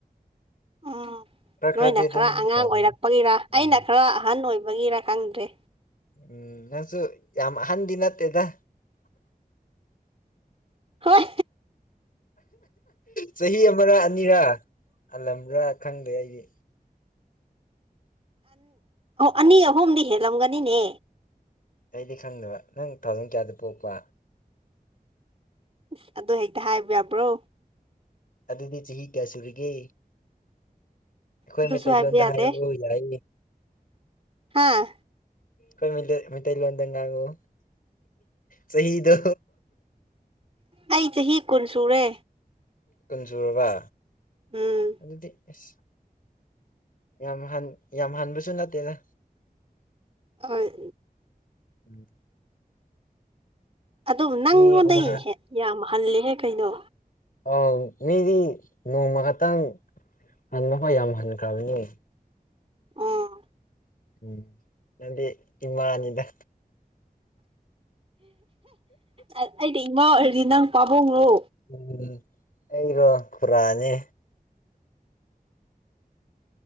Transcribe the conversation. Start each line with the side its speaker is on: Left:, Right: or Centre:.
Right: ꯎꯝ
Left: ꯈꯔ ꯈꯔꯗꯤ
Right: ꯅꯣꯏꯅ
Left: ꯑꯗꯨꯝ
Right: ꯈꯔ ꯑꯉꯥꯡ
Left: ꯍꯧꯔꯅꯤ
Right: ꯑꯣꯏꯔꯛꯄꯒꯤꯔ
Left: ꯎꯝ
Right: ꯑꯩꯅ ꯈꯔ ꯑꯍꯟ ꯑꯣꯏꯕꯒꯤꯔ ꯈꯪꯗ꯭ꯔꯦ
Left: ꯎꯝ ꯅꯪꯁꯨ ꯌꯥꯝ ꯑꯍꯟꯗꯤ ꯅꯠꯇꯦꯗ
Right: ꯍꯣꯏ
Left: ꯆꯍꯤ ꯑꯃꯔ ꯑꯅꯤꯔꯥ ꯍꯜꯂꯝꯕ꯭ꯔꯥ ꯈꯪꯗꯦ ꯑꯩꯗꯤ
Right: ꯑꯅꯤ ꯑꯍꯨꯝꯗꯤ ꯍꯦꯜꯂꯝꯒꯅꯤꯅꯦ
Left: ꯑꯩꯗꯤ ꯈꯪꯗꯕ ꯅꯪ ꯊꯥꯎꯖꯟ ꯀꯌꯥꯗ ꯄꯣꯛꯄ
Right: ꯑꯁ ꯑꯗꯨ ꯍꯦꯛꯇ ꯍꯥꯏꯕ ꯌꯥꯕ꯭ꯔꯣ
Left: ꯑꯗꯨꯗꯤ ꯆꯍꯤ ꯀꯌꯥ ꯁꯨꯔꯤꯒꯦ ꯑꯩꯈꯣꯏ
Right: ꯑꯗꯨꯁꯨ
Left: ꯃꯩꯇꯩꯂꯣꯟꯗ
Right: ꯍꯥꯏꯕ ꯌꯥꯗꯦ
Left: ꯍꯥꯏꯔꯛꯎ ꯌꯥꯏ
Right: ꯍꯥꯥ
Left: ꯑꯩꯈꯣꯏ ꯃꯩꯇꯩꯂꯣꯟꯗ ꯉꯥꯡꯉꯨ ꯆꯍꯤꯗꯣ
Right: ꯑꯩ ꯆꯍꯤ ꯀꯨꯟ ꯁꯨꯔꯦ
Left: ꯀꯟꯖꯨꯔꯕ
Right: ꯎꯝ
Left: ꯑꯗꯨꯗꯤ ꯑꯦꯁ ꯌꯥꯝ ꯍꯟ ꯌꯥꯝ ꯍꯟꯕꯁꯨ ꯅꯠꯇꯦꯅ
Right: ꯑ
Left: ꯑꯗꯨ
Right: ꯑꯗꯨꯕꯨ ꯅꯪꯉꯣꯟꯗꯒꯤ
Left: ꯃꯤ ꯑꯃ
Right: ꯍꯦꯛ ꯌꯥꯝ ꯍꯂꯦꯍꯦ ꯀꯩꯅꯣ
Left: ꯑ ꯃꯤꯗꯤ ꯅꯣꯡꯃ ꯈꯛꯇꯪ ꯍꯟꯕꯈꯣꯏ ꯌꯥꯝ ꯍꯟꯈ꯭ꯔꯕꯅꯤ
Right: ꯑꯥ
Left: ꯎꯝ ꯅꯗꯤ ꯏꯃꯅꯤꯗ
Right: ꯑꯩꯗꯤ ꯏꯃꯥ ꯑꯣꯏꯔꯗꯤ ꯅꯪ ꯄꯥꯕꯨꯡꯅꯣ
Left: ꯎꯝ ꯑꯩꯒꯣ ꯈꯨꯔꯅꯤ